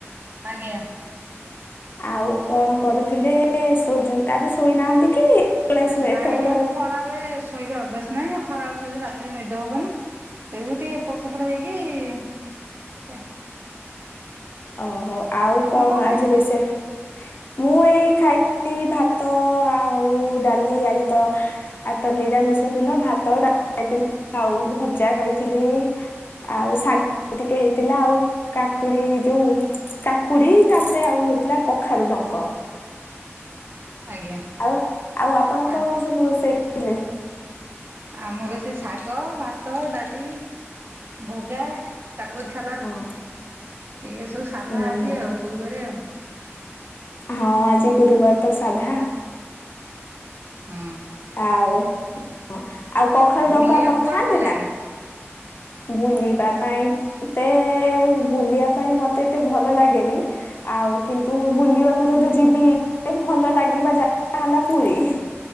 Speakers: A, on the right; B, on the left.
A: ଆଜ୍ଞା।
B: ଆଉ କଣ କରୁଥିଲେ? ଶୋଇଚ ଆଜି ଶୋଇନାହାନ୍ତି କି? ବେଳେ
A: ନାଇଁ
B: ଏତେବେଳେ
A: ଆଉ ଖରାବେଳେ ଶୋଇବା ଅଭ୍ୟାସ ନାହିଁ। ଖରାବେେଳେ ଶୋଇଲେ ରାତିରେ ନିଦ ହବନି। ଏବେ ଟିକେ ଏପଟ ସେପଟ ହେଇକି
B: ଓହୋ ଆଉ
A: ଆପଣ
B: କଣ
A: ଖାଇଥିଲେ?
B: ଆଜି ରୋସେ ମୁଁ ଏଇ ଖାଇ ଲି ଭାତ ଆଉ ଡାଲି ଆଜି ତ ଆଉ ତ ନିିରାମିଷ ଦିନ ଭାତ ଡା ଖାଇଥିଲି ଆଉ ଭଜା ଖାଇଥିଲି। ଆଉ ଶାଗ ଟିକେ ହେଇଥିଲା ଆଉ। କାକୁଡି ଯୋଉ କାକୁଡି ତାପରେ ଆଉ ହେଇଥିଲା କଖାରୁ ଡଙ୍କ।
A: ଆଜ୍ଞା।
B: ଆଉ ଆଉ ଆପଣ
A: ଆ
B: କଣ ସବୁ ରୋଷେଇ ଥିଲେ।
A: ଆମର ସେ ଶାଗ, ଭାତ, ଡାଲି। ଭଜା, କାକୁଡି ସାଲାଡ
B: ହଁ
A: ଏଇଆ ସବୁ ସାଧା
B: ଉଁ
A: ଆଜି
B: ହୁଁ
A: ଆଉ। ଗୁରୁବାରେ ଆଉ।
B: ହଁ ଆଜି ଗୁରୁବାର ତ ସାଧା।
A: ହୁଁ।
B: ଆଉ, ଆଉ କଖାରୁୁ
A: ଆଉ ବୁଲିବାକୁ
B: ଡଙ୍କା ଆପଣ
A: କୁଆଡେ
B: ଖାଆନ୍ତି
A: ଭଲ ଲାଗେ?
B: ନା? ବୁଲିବା ପାଇଁ ମତେ ବୁଲିବା ପାଇଁ ମତେ ଏତେ ଭଲ ଲାଗେନି। ଆଉ କିନ୍ତୁ ବୁଲିବାକୁ ଯଦି ଯିବି ଭଲ ଲାଗିବା ଯାଗା ହେଲା ପୁରୀ।